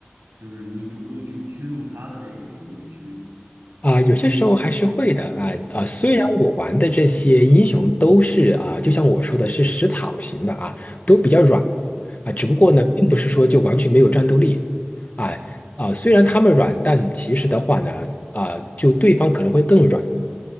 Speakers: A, on the right; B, on the left.
A: 就是你主动去侵入他的这个野区？
B: 啊、有些时候还是会的啊啊、虽然我玩的这些英雄都是啊、
A: 嗯
B: 就像我说的是食草型的啊，都比较软
A: 嗯
B: 啊、只不过呢，
A: 嗯，
B: 并不是说就完全没有战斗力啊啊、虽然他们软，但其实的话呢，啊、就对方可能会更软